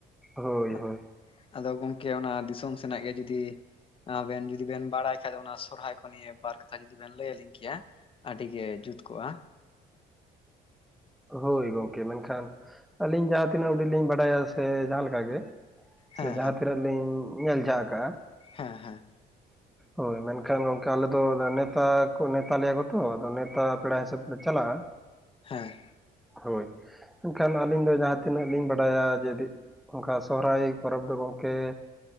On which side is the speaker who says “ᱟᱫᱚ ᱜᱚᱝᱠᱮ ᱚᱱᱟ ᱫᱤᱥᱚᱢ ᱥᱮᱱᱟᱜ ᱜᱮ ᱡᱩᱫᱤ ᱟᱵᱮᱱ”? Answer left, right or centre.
Left